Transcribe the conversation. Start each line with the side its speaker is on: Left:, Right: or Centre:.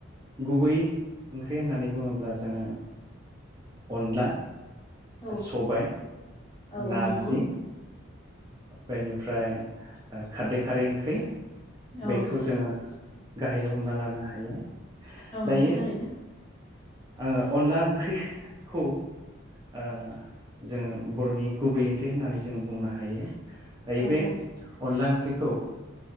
Right: गुबै ओंख्रि होननानै बुङोब्ला जोंङो अनला
Left: औ
Right: सबाय
Left: औ औ
Right: नारजि
Left: नंगौ
Right: बेनिफ्राय खारदै खारै ओंख्रि
Left: औ
Right: बैखौ जोङो गाहाय हमना लानो हायो
Left: औ
Right: दायो
Left: नंगौ थारैनो
Right: ओ आङो अनला ओंख्रिखौ ओ जोङो बर'नि गुबै ओंख्रि होननानै जोङो बुंनो हायो दायो
Left: औ
Right: बे
Left: औ
Right: अनला ओंख्रिखौ